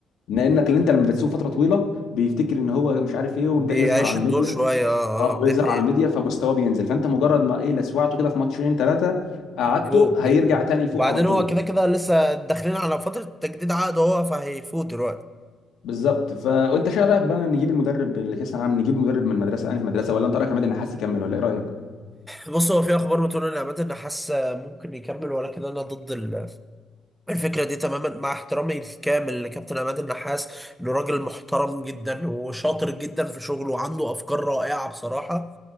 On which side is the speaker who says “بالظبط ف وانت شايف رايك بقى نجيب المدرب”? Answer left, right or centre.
Left